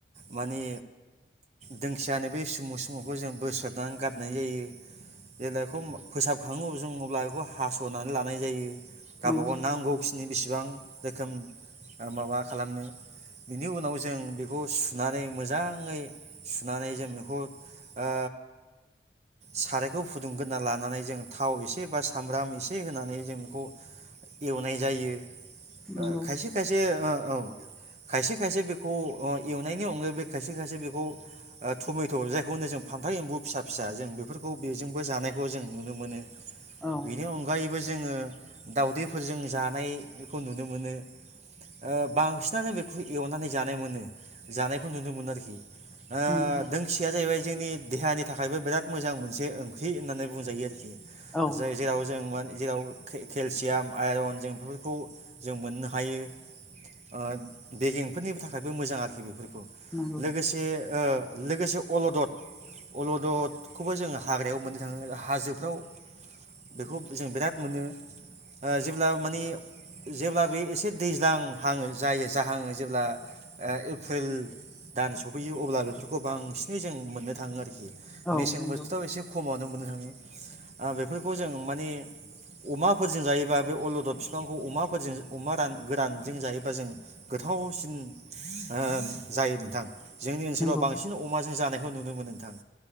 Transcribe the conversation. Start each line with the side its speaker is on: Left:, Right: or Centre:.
Right: माने दोंखियानो बै सुमु सुमुखौ जों बोस्रोननानै गादनाय जायो जेला एखौ फोसाबखाङो जों अब्ला बेखौ हास'नानै लानाय जायो। गावबा
Centre: नंगौ
Right: गाव नांगौखिनि बेसिबां रोखोम माबा खालामनो बिनि उनाव जों बिखौ सुनानै मोजाङै सुनानै जों बिखौ ओ सारायखौ फुदुंग्रोना लानानै जों थाव एसे बा सामब्राम एसे होनानै जों बिखौ एवनाय जायो। ओ
Centre: नंगौ
Right: खायसे खायसे ओ औ खायसे खायसे बेखौ अ एवनायनि अनगायैबो खायसे खायसे बेखौ ओ टमेट' जायखौ होनो जों फान्थाव एम्बु फिसा फिसा जों बेफोरखौ बेजोंबो जानायखौ जों नुनो मोनो।
Centre: औ
Right: बिनि अनगायै बो जोङो दावदैफोरजों जानायखौ नुनो मोनो ओ बांसिनानो बेखौ एवनानै जानाय मोनो जानायखौ नुनो मोनो आरोखि। ओ
Centre: नंगौ
Right: दोंखिया जाहैबाय जोंनि देहानि थाखायबो बिराद मोजां मोनसे ओंख्रि होननानै बुंजायो आरोखि
Centre: औ
Right: जाय जेराव जों माने जेराव केलसियाम आइरन जों बेफोरखौ जों मोननो हायो ओ बेगेंफोरनि थाखायबो मोजां आरोखि बेफोर
Centre: नंगौ
Right: लोगोसे ओ लोगोसे अलदद अलददखौबो जोङो हाग्रायाव मोननो थाङो हाजोफ्राव बेखौ जों बिराद मोनो ओ जेब्ला माने जेब्ला बे एसे दैज्लां हां जायो जाहाङो जेब्ला ओ एप्रिल दान सफैयो अब्ला बेफोरखौ बांसिनै जों मोननो थाङो आरोखि।
Centre: औ
Right: मेसें
Centre: नंगौ
Right: बोथोराव एसे खमाआनो मोननो थाङो आ बेफोर खौजों माने अमा फोरजों जायोबा बे अलदद बिफांखौ अमाफोरजों अमा रान गोरानजों जायोबा जों गोथाव ओ जायो नों थां जोंनि ओनसोलाव
Centre: नंगौ
Right: बांसिन अमाजों जानाय खौ नुनो मोनो नोंथां